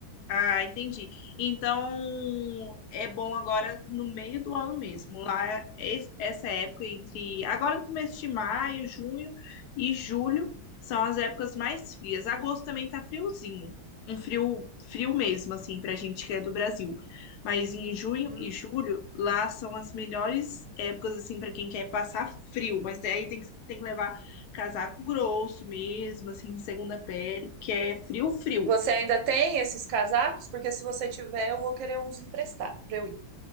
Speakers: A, on the left; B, on the right.
A: Ah, entendi. Então, é bom agora no meio do ano mesmo. Lá, es- essa época entre agora no começo de maio, junho e julho são as épocas mais frias. Agosto também tá friozinho. Um frio, frio mesmo, assim, pra gente que é do Brasil. Mas em junho
B: Hum.
A: e julho, lá são as melhores épocas, assim, pra quem quer passar frio. Mas daí tem que, tem que levar casaco grosso mesmo, assim, segunda pele, porque é frio, frio.
B: Você ainda tem esses casacos? Porque se você tiver, eu vou querer uns emprestar para eu ir.